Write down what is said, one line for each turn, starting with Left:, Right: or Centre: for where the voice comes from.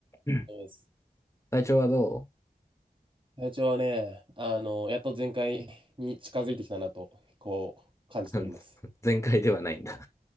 Left: うん
Right: そうです。
Left: 体調はど
Right: 体調はね、あの、やっと全開に近づいてきたなと、こう、感じております。
Left: う <laughs> 全開ではないんだ。